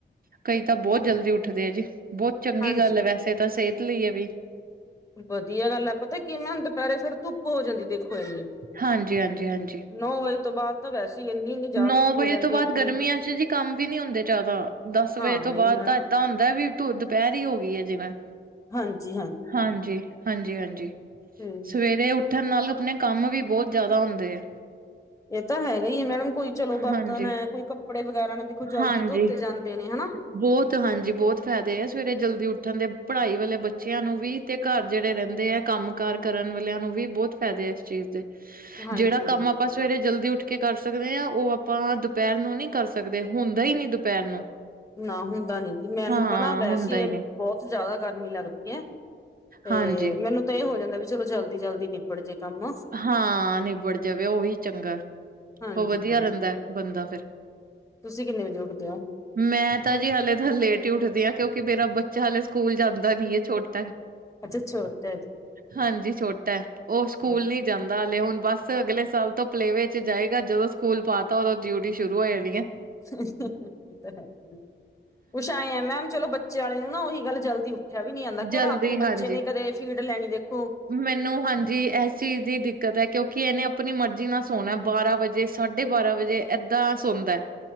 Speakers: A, on the right; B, on the left.
A: ਕਈ ਤਾਂ ਬਹੁਤ ਜਲਦੀ ਉੱਠ ਉੱਠਦੇ ਆ ਜੀ, ਬਹੁਤ ਚੰਗੀ
B: ਹਾਂਜੀ।
A: ਗੱਲ ਹੈ, ਵੈਸੇ ਤਾਂ ਸਿਹਤ ਲਈ ਇਹ ਵੀ
B: ਵਧੀਆ ਗੱਲ ਹੈ, ਪਤਾ ਕਿ ਮੈਮ ਦੁਪਹਿਰੇ ਫਿਰ ਧੁੱਪ ਹੋ ਜਾਂਦੀ ਦੇਖੋ ਇੰਨੀ
A: ਹਾਂਜੀ -ਹਾਂਜੀ -ਹਾਂਜੀ
B: ਨੌ ਵਜੇ ਤੋਂ ਬਾਅਦ ਤਾਂ ਵੈਸੇ ਹੀ ਇੰਨੀ ਇੰਨੀ ਜ਼ਿਆਦਾ
A: ਨੌ
B: ਧੁੱਪ ਹੋ
A: ਵਜੇ
B: ਜਾਂਦੀ
A: ਤੋਂ ਬਾਅਦ
B: ਹੈ ਕੋਈ,
A: ਗਰਮੀਆਂ 'ਚ ਜੀ ਕੰਮ ਵੀ ਨੀ ਹੁੰਦੇ ਜ਼ਿਆਦਾ, ਦਸ
B: ਹਾਂ
A: ਵਜੇ
B: ਨਹੀਂ
A: ਤੋਂ ਬਾਅਦ
B: ਮੈਡਮ,
A: ਤਾਂ ਏਦਾਂ ਹੁੰਦਾ ਵੀ ਤ ਦੁਪਹਿਰ ਹੋ ਗਈ ਹੈ ਜਿਵੇਂ,
B: ਹਾਂਜੀ
A: ਹਾਂਜੀ- ਹਾਂਜੀ- ਹਾਂਜੀ
B: ਹਮ
A: ਸਵੇਰੇ ਉੱਠਣ ਨਾਲ ਆਪਨੇ ਕੰਮ ਵੀ ਬਹੁਤ ਜ਼ਿਆਦਾ ਹੁੰਦੇ ਆ
B: ਇਹ ਤਾਂ ਹੈਗਾ ਹੀ ਹੈ, ਮੈਡਮ ਕੋਈ ਚਲੋ ਬਰਤਨ
A: ਹਾਂਜੀ,
B: ਹੈ, ਕੋਈ ਕੱਪੜੇ ਵਗੈਰਾ ਨਾ ਦੇਖੋ ਜਲਦੀ
A: ਹਾਂਜੀ।
B: ਧੋਤੇ ਜਾਂਦੇ ਨੇ ਹਨਾ
A: ਬਹੁਤ ਹਾਂਜੀ, ਬਹੁਤ ਫਾਇਦੇ ਆ ਸਵੇਰੇ ਜਲਦੀ ਉੱਠਣ ਦੇ ਪੜ੍ਹਾਈ ਵਾਲੇ ਬੱਚਿਆਂ ਨੂੰ ਵੀ ਤੇ ਘਰ ਜਿਹੜੇ ਰਹਿੰਦੇ ਆ, ਕੰਮ ਕਾਰ ਕਰਨ ਵਾਲਿਆਂ ਨੂੰ ਵੀ ਬਹੁਤ ਫਾਇਦੇ ਆ ਇਸ ਚੀਜ਼ ਦੇ
B: ਹਾਂਜੀ
A: ਜਿਹੜਾ ਕੰਮ ਆਪਾਂ ਸਵੇਰੇ ਜਲਦੀ ਉੱਠ ਕੇ ਕਰ ਸਕਦੇ ਹਾਂ, ਉਹ ਆਪਾਂ ਦੁਪਹਿਰ ਨੂੰ ਨੀ ਕਰ ਸਕਦੇ, ਹੁੰਦਾ ਹੀ ਨੀ ਦੁਪਹਿਰ ਨੂੰ
B: ਨਾ ਹੁੰਦਾ ਨੀ ਜੀ, ਮੈਨੂੰ
A: ਹਾਂ
B: ਤਾਂ ਨਾ ਵੈਸੇ
A: ਹੁੰਦਾ ਹੀ ਨੀ।
B: ਬਹੁਤ ਜਿਆਦਾ ਗਰਮੀ ਲੱਗਦੀ ਹੈ, ਤੇ
A: ਹਾਂਜੀ,
B: ਮੈਨੂੰ ਇਹ ਹੋ ਜਾਂਦਾ ਵੀ ਚਲੋ ਜਲਦੀ- ਜਲਦੀ ਨਿਬੜ ਜੇ ਕੰਮ
A: ਹਾਂ, ਨਿਬੜ ਜਾਵੇ ਉਹੀ ਚੰਗਾ
B: ਹਾਂਜੀ
A: ਉਹ ਵਧੀਆ ਰਹਿੰਦਾ, ਬੰਦਾ ਫਿਰ
B: ਤੁਸੀਂ ਕਿੰਨੇ ਵਜੇ ਉੱਠਦੇ ਹੋ
A: ਮੈਂ ਤਾਂ ਜੀ ਹਾਲੇ ਤਾਂ ਲੇਟ ਹੀ ਉਠਦੀ ਹਾਂ, ਕਿਉਂਕਿ ਮੇਰਾ ਬਾ 'ਚ ਹਾਲੇ ਸਕੂਲ ਜਾਂਦਾ ਨੀ ਛੋਟਾ,
B: ਅੱਛਾ ਛੋਟਾ ਜੀ
A: ਹਾਂਜੀ ਛੋਟਾ ਉਹ ਸਕੂਲ
B: ਅੱਛਾ
A: ਨਹੀ ਜਾਂਦਾ ਹਲੇ, ਹੁਣ ਬਸ ਅਗਲੇ ਸਾਲ ਤੋਂ ਪਲੇ ਵਿਚ ਜਾਏਗਾ ਜਦੋਂ ਸਕੂਲ ਪਾਤਾ ਉਦੋਂ ਡਿਊਟੀ ਸ਼ੁਰੂ ਹੋ ਜਾਣੀ ਹੈ
B: ਹੈ ਕੁਛ ਆਏ ਆ ਮੈਮ ਚਲੋ ਬੱਚੇ ਵਾਲੇ ਨੂੰ ਨਾ ਉਹੀ ਗੱਲ ਜਲਦੀ ਉਠਿਆ ਵੀ ਨਹੀਂ ਜਾਂਦਾ, ਕਿਉ
A: ਜਲਦੀ
B: ਰਾਤ ਨੂੰ ਬੱਚੇ
A: ਹਾਂਜੀ।
B: ਨੇ ਕਦੇ ਫੀਡ ਲੈਣੀ ਦੇਖੋ
A: ਮੈਨੂੰ ਹਾਂਜੀ ਇਸ ਚੀਜ਼ ਦੀ ਦਿੱਕਤ ਹੈ, ਕਿਉਂਕਿ ਇਹਨੇ ਆਪਣੀ ਮਰਜ਼ੀ ਨਾਲ ਸੋਣਾ ਬਾਰਾਂ ਵਜੇ ਜੇ ਸਾਢੇ ਬਾਰਾਂ ਵਜੇ ਏਦਾਂ ਸੌਦਾ